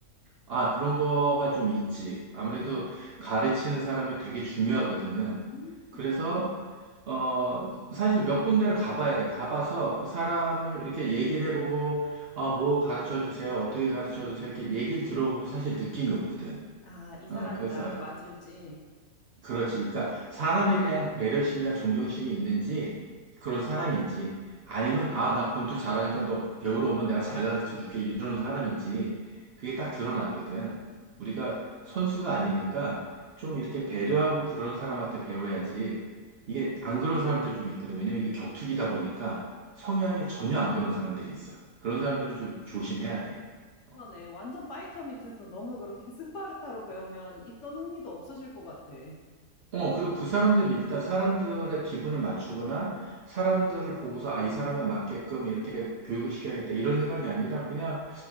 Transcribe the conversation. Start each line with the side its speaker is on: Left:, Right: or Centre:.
Right: 아, 그런 거가 좀 있지. 아무래도
Left: 오.
Right: 가르치는 사람이 되게 중요하거든.
Left: 음.
Right: 그래서 어, 사실 몇 군데를 가봐야 돼. 가봐서 그 사람을 이렇게 얘기를 해보고, 어, 뭐 가르쳐 주세요. 어떻게 가르쳐 주세요. 이렇게 얘기를 들어보면 사실 느낌이 오거든.
Left: 아, 이 사람이
Right: 어, 그래서
Left: 나랑 맞을지.
Right: 그렇지. 그러니까 사람에 대한 배려심이나 존경심이 있는지 그런 사람인지 아니면 아, 나 권투 잘하니까 너 배우러 오면 내가 잘 가르쳐 줄게 이러는 사람인지 그게 딱 드러나거든. 우리가 선수가 아니니까 좀 이렇게 배려하고 그런 사람한테 배워야지 이게 안 그런 사람들 좀 있거든. 왜냐면 이게 격투기다 보니까 성향이 전혀 안 그런 사람들이 있어. 그런
Left: 아,
Right: 사람들은 좀 조심해야 돼.
Left: 그러네.
Right: 어.
Left: 완전 파이터 밑에서 너무 그렇게 <laughs> 스파르타로 배우면 있던 흥미도 없어질 것 같아.
Right: 어, 그리고 그 사람들이 일단 사람들의 기분을 맞추거나 사람들을 보고서 아, 이 사람에 맞게끔 이렇게 교육을 시켜야겠다 이런 생각이 아니라 그냥